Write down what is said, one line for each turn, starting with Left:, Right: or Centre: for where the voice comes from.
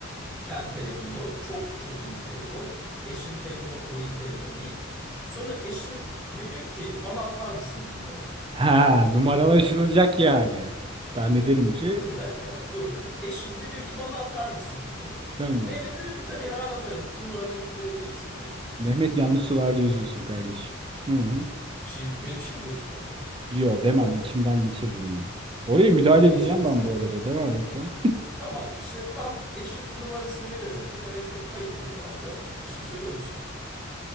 Centre: Kendi telefonu çok çok iyi bir telefon. Eşinin telefonu o kadar iyi bir telefon değil. Sonra eşin de diyor ki bana atar mısın bunları?
Right: Ha numaralaşılacak yani. Ben de derim
Centre: E,
Right: ki
Centre: Dur bir dakika dur dur. Eşin de diyor ki bana atar mısın bunları?
Right: tamam.
Centre: Mehmet de diyor ki tabii hemen atarım numaranı verebilirsin diyor.
Right: Mehmet yanlış sularda yüzüyorsun kardeşim. Hı hı.
Centre: Bir şey, böyle bir şey mi diyorsun Mehmet'e?
Right: Yo demem içimden geçiririm bunu. Oraya müdahale
Centre: Geçirirsin.
Right: edeceğim ben bu arada devam et sen.
Centre: Tamam işte tam eşin numarasını veriyor Mehmet'e. Mehmet de kayıt ediyor o anda. Bir şey söylüyor musun?